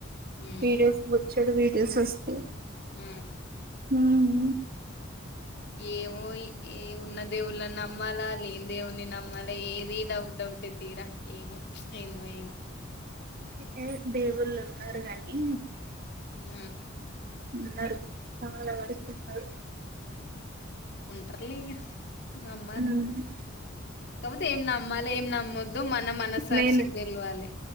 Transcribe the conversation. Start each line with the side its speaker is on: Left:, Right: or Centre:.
Left: ఉ
Right: వీడియోస్ బొచ్చెడు వీడియోస్ వస్తాయి
Left: ఉ
Right: ఉ ఉ
Left: ఏమో ఇ ఏ ఉన్న దేవుళ్ల నీ నమ్మాలా లేని దేవుడిని నమ్మాలా ఏది డౌట్ డౌటే తీరా ఏమో ఏందో ఏమో
Right: ఇ ఏ దేవుళ్ళు ఉన్నారు కానీ
Left: ఊ
Right: ఉన్నాడు చాలా వరకున్నాడు
Left: ఉంటర్లే ఇగ నమ్మాలి
Right: ఊ
Left: కాకపోతే ఏం నమ్మాలి ఏం నమ్మొద్దో మన మనసాక్షికి
Right: నేను
Left: తెలవాలె